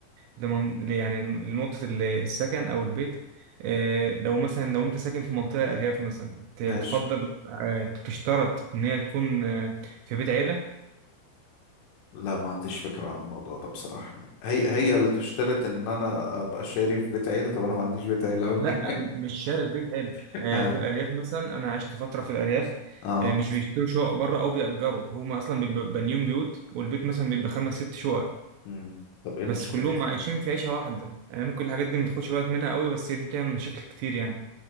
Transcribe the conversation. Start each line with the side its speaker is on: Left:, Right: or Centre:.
Right: لمن ل- يعني لنقطة ال- السكن أو البيت آه، لو مثلا لو أنت ساكن في منطقة أرياف مثلا ت-
Left: ماشي
Right: تفضل آه، تشترط إن هي تكون آه، في بيت عيلة
Left: لا ما عنديش فكره عن الموضوع ده بصراحه هي هي اللي تشترط ان انا ابقى شاري في بيت عيله طب انا ما عنديش بيت عيله اقول
Right: لا
Left: ليه
Right: م- مش شارط بيت عيلة
Left: <laughs>
Right: آه،
Left: اه,
Right: في الأرياف مثلا أنا عشت فترة في الأرياف
Left: آه.
Right: آه، مش بيشتروا شقق بره أو بيأجروا هما أصلا بيبقوا بانيين بيوت والبيت مثلا بيبقى خمس ست شقق
Left: مم. طب ايه المشكله
Right: بس كلهم عايشين في عيشة واحدة آه، ممكن الحاجات دي ما تاخدش بالك منها قوي بس هي دي بتعمل مشاكل كتير يعني